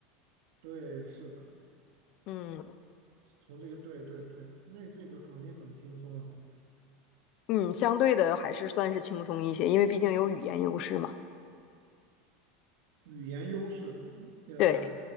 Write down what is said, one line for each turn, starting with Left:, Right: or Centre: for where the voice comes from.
Right: 对，是的，
Left: <laughs> 嗯
Right: 从这个对对对，那这个肯定很轻松了。
Left: 嗯，相对的还是算是轻松一些，因为毕竟有语言优势嘛，
Right: 语言优势，呃，
Left: 对。